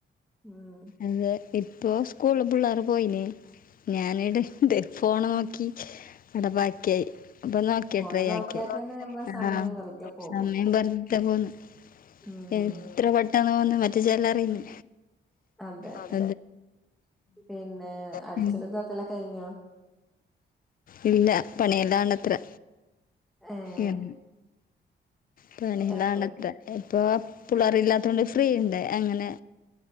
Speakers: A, in the centre; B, on the left.
A: ഉം
B: അത് ഇപ്പോ സ്കൂള് പിള്ളേർ പോയില്ലെ ഞാന ഇടെ ഫോണ് നോക്കി അടബാക്കിയായി അപ്പൊ നോ
A: ഫോണ്
B: ട്രൈ
A: നോക്കിയാ
B: ആക്കി
A: തന്നെ നമ്മളെ സമയം
B: ആഹ
A: വെറുതെ പോകും
B: സമയം പറ ഇ പോന്നു
A: ഉം
B: എത്ര പെട്ടന്ന് പോന്നു മറ്റേ ചൊല്ലറിന്ന്
A: അതന്നെ
B: അത്
A: പിന്നെ അടിച്ചലും
B: പിന്നെ
A: തോത്തലും കഴിഞ്ഞോ
B: <inaudible> ഇല്ല പണിയല്ലാണത്രെ
A: ഏഹ്
B: എൻ പണിയിലാണത്രെ
A: എപ്പള
B: ഇപ്പൊ പിള്ളർ ഇല്ലാത്തുകൊണ്ട് ഫ്രീ ഉണ്ട് അങ്ങനെ